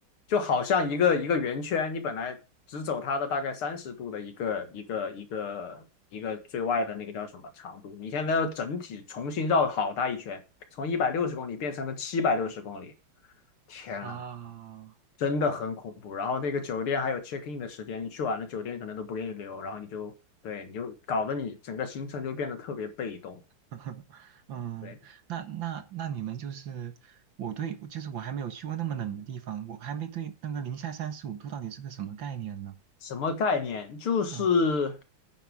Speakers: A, on the left (about 75°); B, on the right (about 60°).
A: 就好像一个一个圆圈，你本来只走它的大概三十度的一个一个一个一个最外的那个叫什么长度，你现在要整体重新绕好大一圈，从一百六十公里变成了七百六十公里，天呐，
B: 啊，
A: 真的很恐怖。然后那个酒店还有 check in 的时间，你去晚了酒店可能都不给你留，然后你就对你就搞得你整个行程就变得特别被动。
B: <laughs> 嗯，
A: 对，
B: 那那那你们就是，我对，就是我还没有去过那么冷的地方，我还没对那个零下三十五度到底是个什么概念呢？
A: 什么概念？就是
B: 嗯